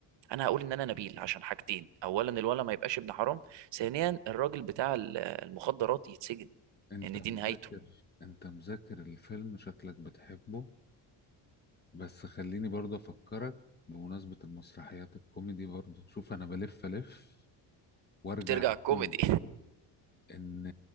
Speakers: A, on the right (about 65°); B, on the left (about 20°).
A: انا هقول ان انا نبيل عشان حاجتين اولا الولد ما يبقاش ابن حرام ثانيا الراجل بتاع ال- المخدرات يتسجن
B: انت
A: لان
B: مذاكر
A: دي نهايته
B: انت مذاكر الفيلم شكلك بتحبه بس خليني برضه افكرك بمناسبة المسرحيات الكوميدي برضه شوف انا بلف الف وارجع
A: بترجع
B: للكوميدي
A: الكوميدي
B: ان